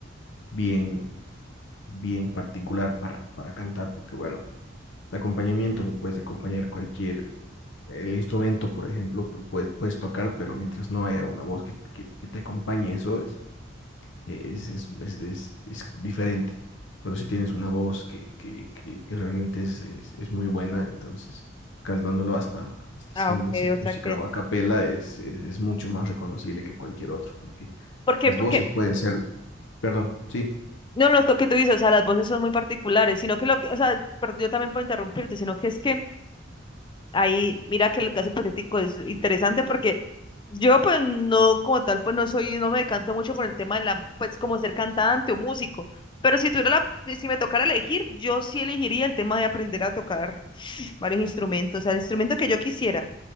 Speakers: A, on the left; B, on the left.
A: bien, bien particular para, para cantar, porque bueno, el acompañamiento lo puedes acompañar cualquier, el instrumento, por ejemplo, lo puedes, puedes tocar, pero mientras no haya una voz que, que, que te acompañe, eso es, eh, es, es, es, es- es diferente. Pero si tienes una voz que, que, que, que realmente es, es, es muy buena, entonces cantándolo hasta, hasta
B: Ah,
A: sin,
B: ok,
A: sin
B: o
A: música
B: sea que...
A: o a capela es, es, es mucho más reconocible que cualquier otro, porque
B: ¿Por qué?
A: las
B: Porque
A: voces pueden ser, perdón, sí,
B: No, no, lo que tú dices, o sea, las voces son muy particulares, sino que lo que, o sea, pero yo también puedo interrumpirte, sino que es que ahí, mira que el caso hipotético es interesante porque yo pues no, como tal, pues no soy, no me decanto mucho por el tema de la, pues como ser cantante o músico, pero si tuviera la, si me tocara elegir, yo sí elegiría el tema de aprender a tocar varios instrumentos, o sea, el instrumento que yo quisiera.